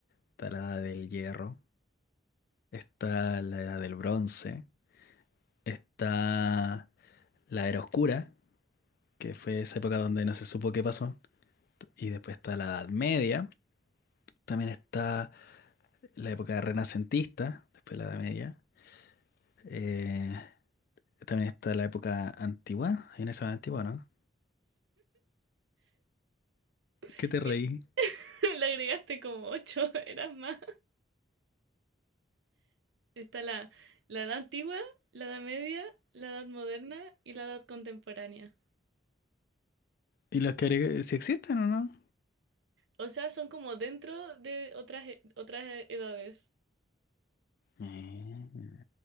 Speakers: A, on the left; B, on the right.
A: está la edad del hierro, está la edad del bronce, está la era oscura, que fue esa época donde no se supo qué pasó, y después está la edad media, también está la época renacentista, después la edad media, eh, también está la época antigua, hay una edad antigua, ¿no? ¿Qué
B: <laughs>
A: te reí?
B: Le agregaste como ocho, <laughs> eras más. Está la, la edad antigua, la edad media, la edad moderna y la edad contemporánea.
A: ¿Y las que agregué, si existen o no?
B: O sea, son como dentro de otras, e- otras edades.
A: Eh.